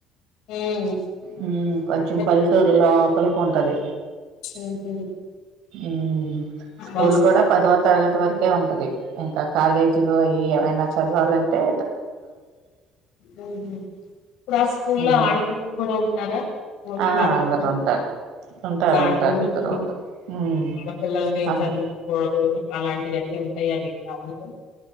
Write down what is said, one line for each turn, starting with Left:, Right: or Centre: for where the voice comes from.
Left: హ్మ్.
Right: మ్మ్ కొంచెం
Left: బట్
Right: పల్లెటూరులో కొల్కుంటాది
Left: హుహు.
Right: మ్ స్కూల్
Left: బాస్
Right: కూడా పదో తరగతి వరు కే ఉంటది ఇంక కాలేజీలు అయ్యి యేమైన చదవాలం టె
Left: మ్మ్ హ్మ్ ఇప్పుడు ఆ స్కూలో
Right: ఉమ్
Left: ఆడపిల్లలు కూడా ఉం టారా ఓన్లీ
Right: ఆ
Left: మగ
Right: అందరు
Left: పిల్లల్
Right: ఉంటారు ఉంటారు
Left: ఇప్పుడు ఆడపిల్లల్ని,
Right: ఉంటారు ఇద్దరు ఉంటారు ఉమ్
Left: ఆడపిల్లల్ని
Right: అందు
Left: చదివించకూడదు అలాంటియన్ని ఉం తయ్యారీ కాగూద